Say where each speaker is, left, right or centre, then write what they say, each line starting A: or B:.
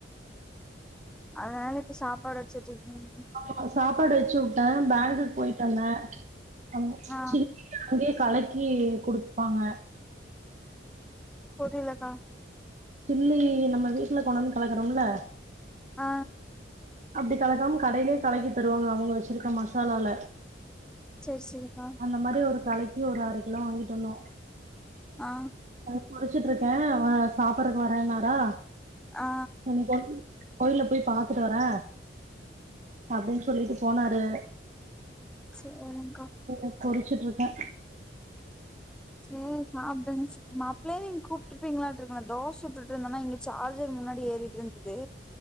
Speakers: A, in the centre; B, on the right.
A: அதனால இப்ப சாப்பாடு வச்சிட்டிருக்கங்க
B: நா சாப்பாடு வெச்சு விட்டே பேங்க்கு போயிட்டு வந்தே ஆமா
A: ஆ
B: சி அங்கயே கலக்கி குடுத்துப்பாங்க
A: போதிலக்கா
B: சில்லி நம்ம வீட்டுல கொண்டு வந்து கலக்கறோம்ல
A: அ
B: அப்டி கலக்காம கடையிலயே கலக்கி தருவாங்க அவங்க வெச்சிருக்க மசாலால
A: செரி செரி கா
B: அந்த மாரி ஒரு கலக்கி ஒரு அரை கிலோ வாங்கிட்டு வந்தோ
A: ஆ
B: அது குளிச்சுட்ருக்கே வ சாப்பறக்கு வரேன்னாரா
A: ஆ
B: இன்னிக்கி <unintelligible> கோயில்ல போய் பாத்துட்டு வரே, அப்டின் சொல்லிட்டு போனாரு.
A: சேரிங்க்கா.
B: <inaudible> பொரிச்சிட்ருக்கே.
A: சேரி சாப்டுங்க சீக்கமாப் ப்ளேவே நீங் கூப்ட்ருப்பிங்களாட்ருக்கு நா தோஸ் சுட்டுட்டுருந்தன்னா இங்க சார்ஜர் முன்னாடி ஏறிட்ருந்துது.